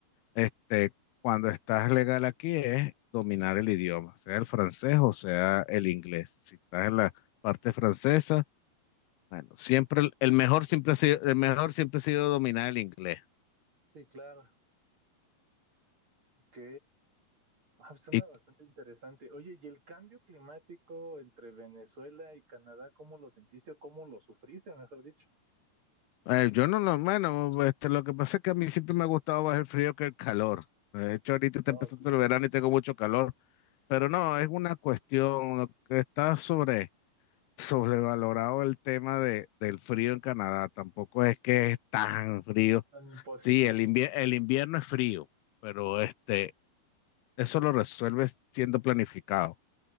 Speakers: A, on the left; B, on the right.
A: este, cuando estás legal aquí es dominar el idioma, sea el francés o sea el inglés. Si estás en la parte francesa, bueno, siempre el, el
B: Sí,
A: mejor siempre ha sido, el mejor siempre ha sido dominar el inglés.
B: Sí, claro. Ok. Ah, pues, suena
A: Y
B: bastante interesante. Oye, ¿y el cambio climático entre Venezuela y Canadá, cómo lo sentiste o cómo lo sufriste, mejor dicho?
A: eh, yo no, lo bueno, este, lo que pasa es que a mí siempre me ha gustado más el frío que el calor. De hecho, ahorita está
B: Oh,
A: empezando el verano y tengo mucho calor, pero no, es una cuestión, lo que está sobre sobrevalorado el tema de, del frío en Canadá. Tampoco es que es tan frío.
B: tan imposible.
A: Sí, el invier- el invierno es frío, pero este, eso lo resuelves siendo planificado.